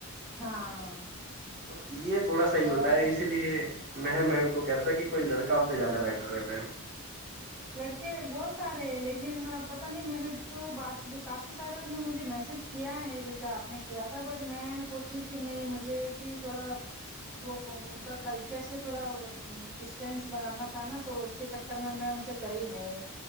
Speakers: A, in the centre; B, on the right (about 40°).
A: ہاں
B: تو یہ تھوڑا سحیح ہوتا
A: اور
B: ہے اس لیے میں میم کو کہ رہتا کہ کوئی لڑکا ہو زیادہ بیہٹر ہے فم
A: لڑکے بہت سارے ہیں لیکن پت نہیں میں نے تو بات کافی سارے نے مجھے میسج کیا ہے جیسے آپ نے کیا تھا بٹ میں سوچی کہ نہیں مجھے بھی تھوڑا وہ ان کا کلچر سے تھوڑا ڈسٹینس بنانا تھا نا تو چکر میں ان سے نہیں